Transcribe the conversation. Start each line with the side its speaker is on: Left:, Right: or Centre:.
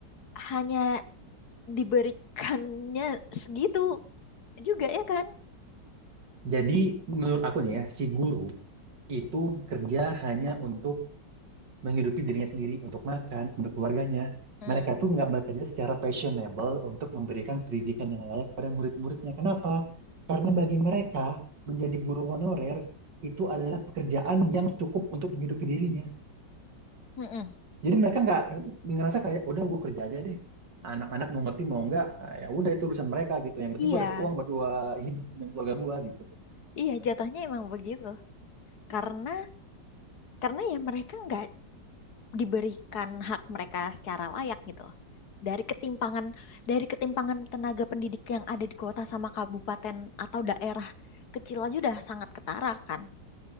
Left: hanya diberikannya segitu juga ya kan?
Right: Jadi menurut aku nih ya si guru itu kerja hanya untuk menghidupi dirinya sendiri untuk makan, untuk keluarganya.
Left: Mm.
Right: Mereka tuh nggak bekerja secara passionable untuk memberikan pendidikan yang layak pada murid-muridnya. Kenapa? Karena bagi mereka, menjadi guru honorer itu adalah pekerjaan yang cukup untuk menghidupi dirinya.
Left: Mm-mm.
Right: Jadi mereka nggak ngerasa kayak, udah gue kerja aja deh. Anak-anak mau ngerti mau nggak, ah, ya udah itu urusan mereka gitu. Yang penting
Left: Iya,
Right: gue dapet uang buat gue hidup dan keluarga gue gitu.
Left: iya jatuhnya emang begitu karena karena ya mereka nggak diberikan hak mereka secara layak gitu dari ketimpangan dari ketimpangan tenaga pendidik yang ada di kota sama kabupaten atau daerah kecil aja udah sangat ketara kan?